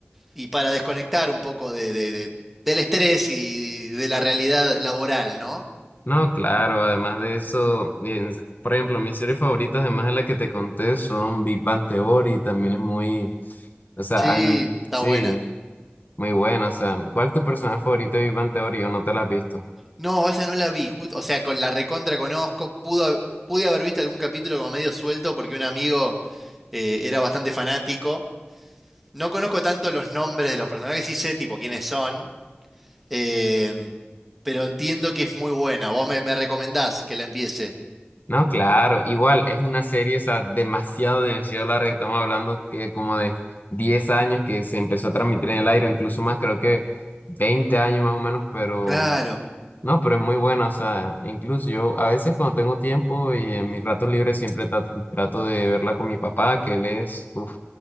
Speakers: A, in the centre; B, on the left.
A: y para desconectar un poco de, de- de- del estrés y de la realidad laboral, ¿no?
B: No, claro, además de eso, en- por ejemplo, mis series favoritas, además de la que te conté, son Big Bang Theory, también es muy, o sea,
A: Sí,
B: a mí-
A: está
B: sí,
A: buena.
B: muy buena, o sea, ¿cuál es tu personaje favorito de Big Bang Theory o no te la has visto?
A: No, esa no la vi, justo, o sea, con la recontra conozco, pudo, pude haber visto algún capítulo como medio suelto porque un amigo eh, era bastante fanático. No conozco tanto los nombres de los personajes, sí sé tipo quiénes son, em, pero entiendo que es muy buena. Vos me, me recomendás que la empiece.
B: No, claro, igual es una serie, o sea, demasiado, demasiado larga. Estamos hablando que como de 10 años que se empezó a transmitir en el aire, incluso más, creo que 20 años más o menos, pero
A: Claro.
B: no, pero es muy buena, o sea, incluso yo a veces cuando tengo tiempo y en mis ratos libres siempre tra- trato, de verla con mi papá, que él es uf,